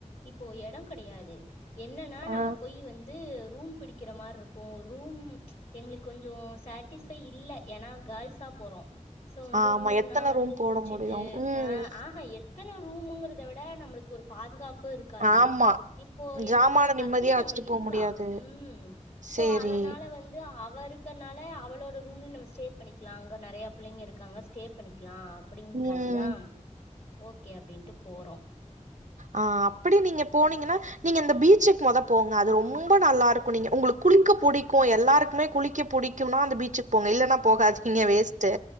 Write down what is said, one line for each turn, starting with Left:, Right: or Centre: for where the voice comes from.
Left: இப்போ எடோம் கடையாது என்னன்னா
Right: ஆ
Left: நாங்க போய் வந்து ரூம் பிடி கிற மார்ருக்கும் ரூம் எங்களுக்கு கொஞ்சோ சட்டிஸ்பை இல்ல ஏன்னா கேள்ஸா போறோம் சோ வந்து
Right: ஆமா
Left: ரூம்னா
Right: எத்தன
Left: வந்து
Right: ரூம் போட
Left: புடிச்சிட்டு
Right: முடியு ம்
Left: அ அஹ த்ன ரூமுங்கறத விட நம்மளுக்கு ஒரு பாதுகாப் பு இருக்காது
Right: ஆமா
Left: இப்போ என்னோட
Right: ஜாமான
Left: கசின்
Right: நிம்மதியா வச்சுட்டு
Left: அங்க இருக்கா
Right: போ முடியாது
Left: ம் சோ
Right: சேரி
Left: அதனால வந்து அவருக் கனால அவளோட ரூமுன் நம்ம ஸ்டே பண்ணிக்கலா அங்க நறைய பிள்ளைங்க இருக்காங்க ஸ்டே பண்ணிக் க்கலா அப்டின்
Right: ம்
Left: காாண்டிதா ஓகே அப்டின்ட்டு போறோ
Right: ஆ அப்படி நீங்க போனீங்கன்னா நீங்க இந்த பீச்சுக்கு மொத போங்க அது ரொம்ப நல்லா இருக்கோ நீங்க உங்களுக்கு குளிக்க பிடிக்கோம் எல்லாருக்குமே குளிக்க புடிக்கும்னா அந்த பீச்சுக் போங்க இல்லன்னா போகாதிங்க வேஸ்ட்டு